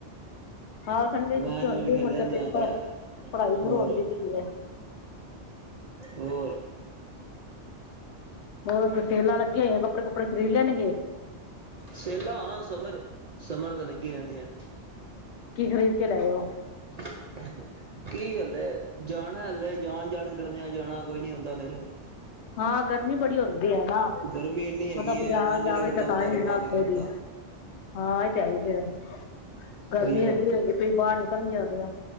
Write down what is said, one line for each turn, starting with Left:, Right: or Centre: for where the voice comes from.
Left: ਆਹੋ ਸੰਡੇ
Right: ਮੋਬਾਇਲ
Left: ਛੁੱਟੀ ਹੁੰਦੀ
Right: ਮੂਵ ਤੇ
Left: ਹੈ
Right: ਖੇਡ
Left: ਮੁੜਕੇ
Right: ਲਈਦਾ
Left: ਪੇਪਰ ਪੜ੍ਹਾਈ ਸ਼ੁਰੂ
Right: ਹੋਰ।
Left: ਹੁੰਦੀ ਪਈ ਹੈ
Right: ਹੋਰ
Left: ਹੋਰ ਸੇਲਾ ਲੱਗੀਆਂ ਹੋਈਆ ਕੱਪੜੇ- ਕੁਪੜੇ ਖਰੀਦ ਲੈਣਗੇ?
Right: ਸੈਲਾਂ ਹਾਂ ਸਮਰ, ਸਮਰ ਤਾਂ ਲੱਗੀ ਰਹਿੰਦੀਆਂ।
Left: ਕੀ ਖਰੀਦ ਕੇ ਲਿਆਏ ੳ?
Right: <inaudible> ਕੀ ਹਾਲੇ ਜਾਣਾ ਹੱਲੇ ਜਾਣ, ਜਾਣ ਕਰਨਿਆਂ ਜਾਣਾ ਕੋਈ ਨੀ ਆਉਂਦਾ ਫੇਿਰ
Left: ਹਾਂ ਗਰਮੀ ਬੜੀ ਹੁੰਦੀ। ਨਾ
Right: ਗਰਮੀ ਇੰਨੀ ਹੈਗੀ
Left: ਬੰਦਾ ਬਾਜ਼ਾਰ
Right: ਹੈ ਮਨ
Left: ਜਾਵੇ
Right: ਹੀ ਨੀ ਕਰਦਾ
Left: ਤਾਂ ਕ ਹੀ
Right: ਘਰੋਂ ਬਾਹਰ
Left: ਨਾ ਉੱਥੋਂ
Right: ਨਿਕਲਣ
Left: ਦੀ।
Right: ਦਾ
Left: ਹਾਂ ਇਹ ਤੇ ਹੇ ਈ ਫਿਰ ਗਰਮੀ
Right: ਉਹੀਓ
Left: ਏਡੀ ਹੋਈ ਪਈ ਬਾਹਰ ਨਿਕਲਿਆ ਨੀ ਜਾਂਦਾ ਪਿਆ।